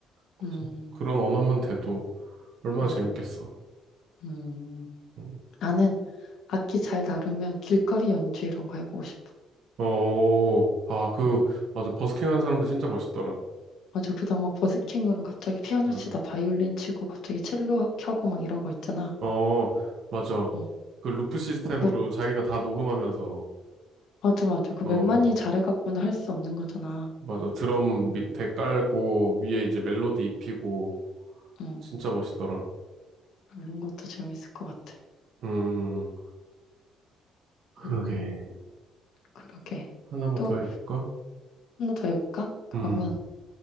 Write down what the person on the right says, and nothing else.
그래서
그런 언어만 돼도 얼마나
재밌겠어.
음.
어, 아, 그,
맞아. 버스킹 하는 사람들 진짜 멋있더라.
음.
어, 맞아.
그 루프 시스템으로
자기가 다 녹음하면서,
어,
맞아. 드럼 밑에 깔고, 위에 이제 멜로디 입히고,
진짜 멋있더라.
음, 그러게.
하나만
더 해볼까?
음,